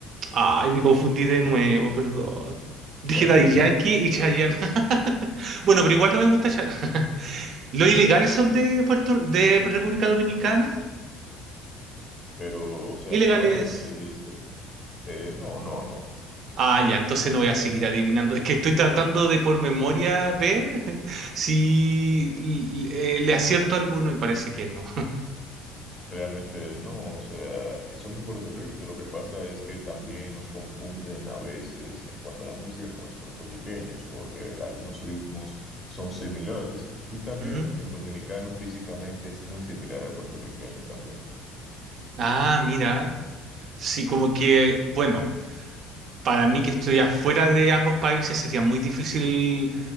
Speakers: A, on the right; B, on the left.
A: Ay, me confundí de nuevo, perdón. Dije
B: Tranquilo,
A: Daddy Yankee
B: tranquilo.
A: y Chayanne. <laughs> Bueno, pero igual no me gusta Chayanne. <laughs> ¿Los ilegales son de Puerto, de República Dominicana?
B: Pero, o sea,
A: ¿Ilegales?
B: ¿cuál me dijiste? Eh, no, no, no.
A: Ah, ya, entonces no voy a seguir adivinando. Es que estoy tratando de por memoria ver <laughs> si l- l- eh, le acierto a alguno y parece que no.
B: Realmente no. O sea, eh, son de Puerto Rico. Lo que pasa es que también nos confunden a veces en cuanto a la música con los puertorriqueños, porque algunos ritmos son similares
A: <laughs>
B: y también
A: Ujú.
B: el dominicano físicamente es muy similar al puertorriqueño también.
A: Ah, mira. Sí, como que, bueno, para mí que estoy afuera de ambos países sería muy difícil